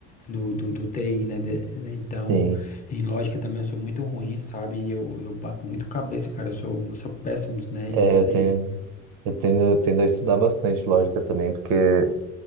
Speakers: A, on the left; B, on the right.
A: do, do, do TI, né? de- né, então,
B: sim.
A: em lógica também eu sou muito ruim, sabe? E eu, eu bato muito cabeça, cara. Eu sou, eu sou péssimo, né? Nisso
B: É, eu tenho,
A: aí.
B: eu tendo, eu tendo a estudar bastante lógica também, porque é,